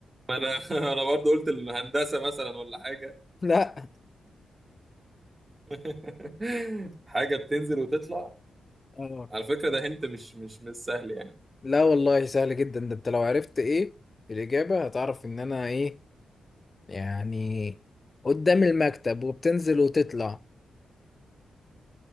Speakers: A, on the right (about 35°); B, on the left (about 40°).
A: ما انا <laughs> انا برضه قلت الهندسه مثلا ولا حاجه
B: لا
A: <laughs> حاجة بتنزل وتطلع
B: اه
A: على فكرة ده هنت مش مش مش سهل يعني
B: لا والله سهل جدا ده انت لو عرفت ايه الاجابة هتعرف ان انا ايه يعني قدام المكتب وبتنزل وتطلع